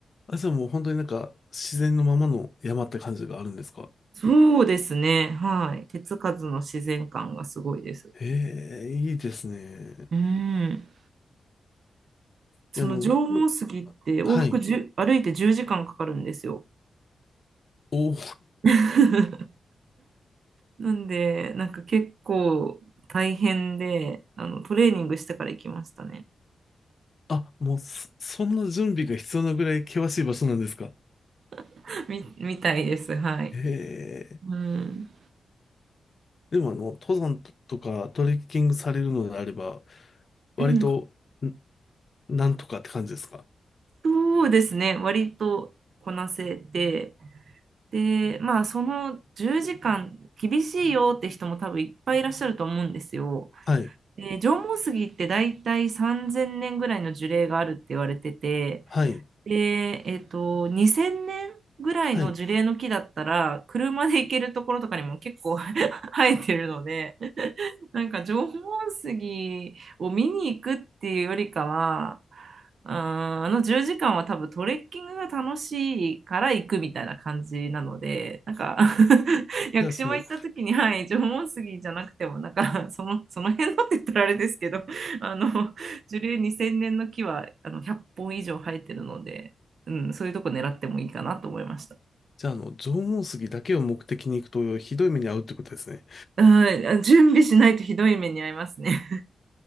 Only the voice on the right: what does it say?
そうですね、はい。手つかずの自然感がすごいです。
うん。その縄文杉って往復1歩いて10時間かんかかるんですよ。
<laughs> なんで、なんか結構大変で、あの、トレーニングしてから行きましたね。
<laughs> み、みたいです。はい。
うん。
うん。
そうですね。割とこなせて。で、まあ、その10時間厳しいよって人も多分いっぱいいらっしゃると思うんですよ。
で、縄文杉って大体3000年ぐらいの樹齢があるって言われてて、
で、えっと、2000年ぐらいの樹齢の木だったら、
車で行けるところとかにも結構 <laughs> 生えてるので、なんか縄文杉を見に行くっていうよりかは、うーんあの10時間は多分トレッキングが楽しいから行くみたいな感じなので、なんか <laughs> 屋久島行った時に、
はい、縄文杉じゃなくても、なんかその、その辺のって言ったらあれですけど、あの、樹齢2000年の木はあの100本以上生えてるので、うん、そういうとこ狙ってもいいかなと思いました。
うん準備しないとひどい目に遭いますね。